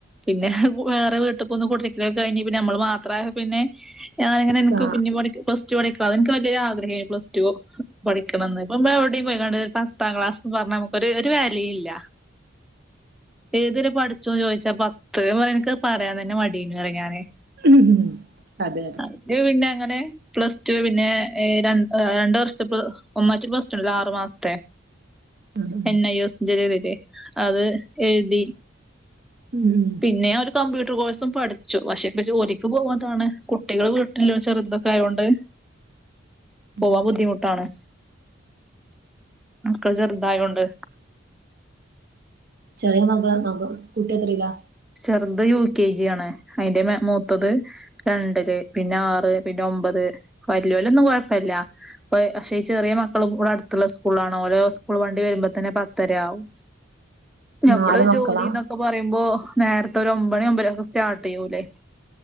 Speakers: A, in the centre; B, on the right (about 50°).
A: പിന്നെ വേറെ വീട്ടിൽക്കൊന്നന്ന് കൊട്ടരിക്കക്ക കഴിഞ്ഞ നമ്മള് മാത്ര പിന്നെ ഞാനിങ്ങനെനക്ക്
B: സാ
A: പിന്നോടി പ്ല ടുടക്ക അ എനിക്ക് വലിയ ആഗ്രഹ പ്ല്ടടുോ പഠിക്കണന്ന് ഇപ്പ എവിടെയും പോയിക്കണ്ട് പത്താം ക്ലാസ്ന്ന് പറഞ്ഞ നമുക്കൊ ഒരു വല്യ ഇല്ല ഏത്വരെ പഠിച്ചോന്ന് ചോദിച്ചാ പത്ത് എനിക്ക് പറയാൻ തന്നെ മടീ യ്ക്ക്ണുറയുഞാന്
B: ഉ അതെ അതെ
A: മറ്റെത് പിന്നെ അങ്ങനെ പ്ലസ് ടു പിന്നെ ര രണ്ടു വർഷത്തെ ഒന്നാച്ച പ്ലസ് ടുത്താ ആറു മാസത്തെ
B: ഉം ഉം
A: എന്ന യോസ ചെയതില്ലേ അത് എഴുതി
B: ഉം
A: പിന്നെ ഒരു കമ്പ്യൂട്ടർ കോഴ്സും പഠിച്ചു പക്ഷേ ഇപ്പ ജോലിക്ക് പോകാത്തതാണ് കുട്ടികൾ വീട്ടിൽ ചെറുതൊക്കെ ആയൊണ്ട്
B: അതെ
A: പോവാൻ
B: അതെ
A: ബുദ്ധിമുട്ടാണ് മക്കൾ ചെറുതയോണ്ട്
B: ചെറിയ മകള മ കുട്ടിയ എത്ര ല്യ
A: ചെറുത് യു കെ ജി ആണ് അതിൻ്റെ മൂത്തത് രണ്ടില് പിന്നെ ആറ് പിന്നെ ഒമ്പത് വലിയോ രൊന്നും കുഴപ്പില്ല പ പക്ഷേ ചെറിയ മക്കളും ഇൂടെ അടുത്തുള്ള സ്കൂളാണോ ഓരോ സ്കൂൾ വണ്ടി വരുമ്പോ തന്നെ പത്തരയാവും നമ്മള്
B: നാല് മക്കളാ
A: ജോലിന്നൊക്കെ പറയുമ്പോ നേരത്തെ ഒരു ഒമ്പണി ഒമ്പര ഒക്കെ ആവുമ്പോ സ്റ്റാർട്ട് യ്യൂലേ